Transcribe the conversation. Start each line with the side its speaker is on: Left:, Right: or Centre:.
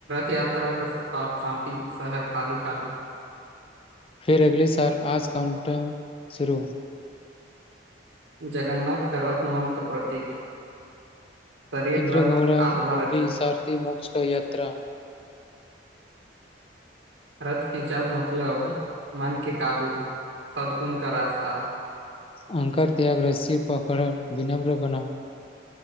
Right: यात्रा के साथ शान्ति शहर खाली खाली
Left: फिर अगले साल आज काउंटन शुरू
Right: जगन्नाथ क रथ मन क प्रतीक शरीर
Left: इन्द्र
Right: रथ
Left: घौड़ा
Right: आत्मा
Left: बुद्धि
Right: रथी
Left: सार्थी मोझ क यात्रा
Right: रथ खिचाब मतलब मन के काबु सदगुण का रास्ता
Left: अहंकार त्याग रस्सि पकड़ विनम्र बनाउ